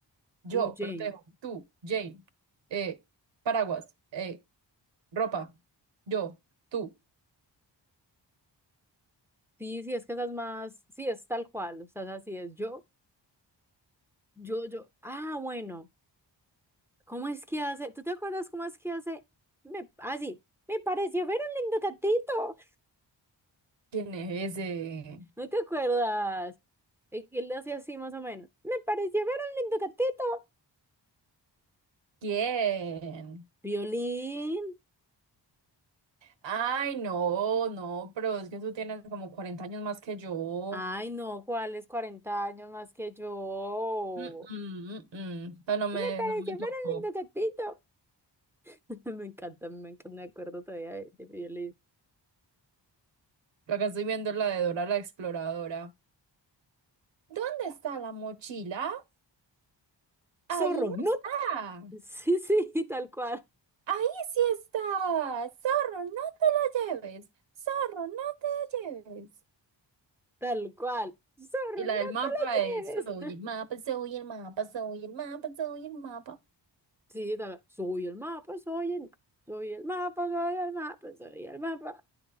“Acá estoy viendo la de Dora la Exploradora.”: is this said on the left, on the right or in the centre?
Right